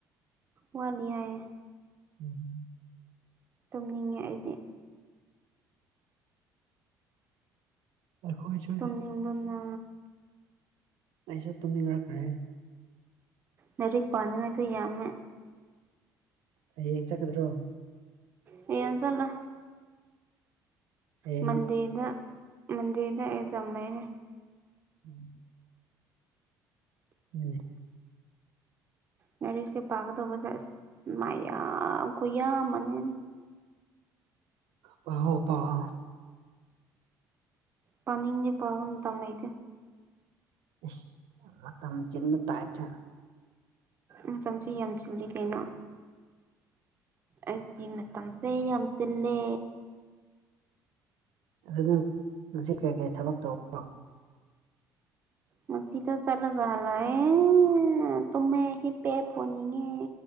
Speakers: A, on the right (about 30°); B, on the right (about 75°).
A: ꯋꯥꯠꯂꯤ ꯍꯥꯏꯌꯦ
B: ꯎꯝ
A: ꯇꯨꯝꯅꯤꯡꯉꯦ ꯑꯩꯗꯤ
B: ꯑꯩꯈꯣꯢꯁꯨ
A: ꯇꯨꯝꯅꯤꯡꯕꯅ
B: ꯑꯩꯥꯁꯨ ꯇꯨꯝꯅꯤꯡꯉꯛꯈ꯭ꯔꯦ
A: ꯂꯥꯢꯔꯤꯛ ꯄꯥꯅꯤꯉꯥꯢꯖꯨ ꯌꯥꯝꯃꯦ
B: ꯍꯌꯦꯡ ꯆꯠꯀꯗ꯭ꯔꯣ
A: ꯍꯌꯦꯡ ꯆꯠꯂꯣꯢ
B: ꯍꯌꯦꯡ
A: ꯃꯟꯗꯦꯗ ꯃꯥꯟꯗꯦꯗ ꯑꯦꯛꯖꯝ ꯂꯩꯔꯦ
B: ꯎꯝ ꯎꯝ
A: ꯉꯥꯔꯤꯛꯁꯦ ꯄꯥꯒꯗꯧꯕꯖꯦ ꯑꯁ ꯃꯌꯥꯝ ꯈꯨꯌꯥꯝꯃꯅꯤ
B: ꯄꯑꯣ ꯇꯧꯑꯣ
A: ꯄꯅꯤꯡꯉꯦ ꯄꯥꯕꯥ ꯝꯇꯝ ꯂꯩꯥꯇꯦ
B: ꯏꯁ ꯃꯇꯝ ꯆꯤꯟꯕ ꯇꯥꯢꯞꯇ
A: ꯃꯇꯝꯁꯦ ꯌꯥꯝ ꯆꯤꯜꯂꯤ ꯀꯩꯅꯣ ꯑꯩꯒꯤ ꯃꯇꯝꯁꯦ ꯌꯥꯝ ꯆꯤꯜꯂꯦ
B: ꯑꯗꯨ ꯉꯁꯤ ꯀꯔꯤ ꯀꯔꯤ ꯊꯕꯛ ꯇꯧꯕ
A: ꯃꯁꯤꯗ ꯆꯠꯂꯒ ꯍꯜꯂꯛꯑꯦ ꯇꯨꯃꯦ ꯍꯤꯞꯄꯦ ꯐꯣꯟ ꯌꯦꯡꯉꯦ